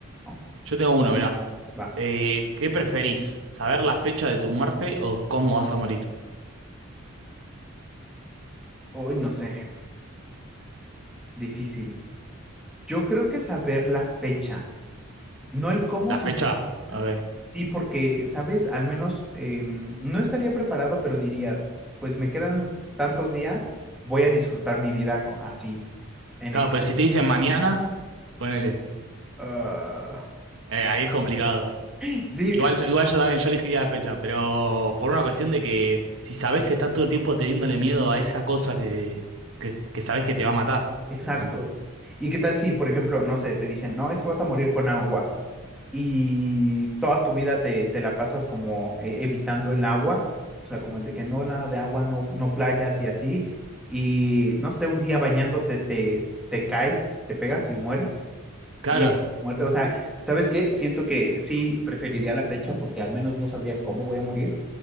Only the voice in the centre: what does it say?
¿no?
Va.
Hoy no sé, difícil. Yo creo que saber la fecha, no el cómo,
sino
Sí, porque, ¿sabes? Al menos em, no estaría preparado, pero diría, pues me quedan tantos días, voy a disfrutar mi vida co- así, en
extremo.
Ah,
<laughs> sí,
exacto.
¿Y qué tal si, por ejemplo, no sé, te dicen, no, es que vas a morir con agua y toda tu vida te, te la pasas como eh, evitando el agua, o sea, como el de que no, nada de agua, no, no playas y así, y no sé, un día bañándote te, te caes, te pegas y mueres.
Y es muerte, o sea, ¿sabes qué? Siento que sí preferiría la fecha porque al menos no sabría cómo voy a morir,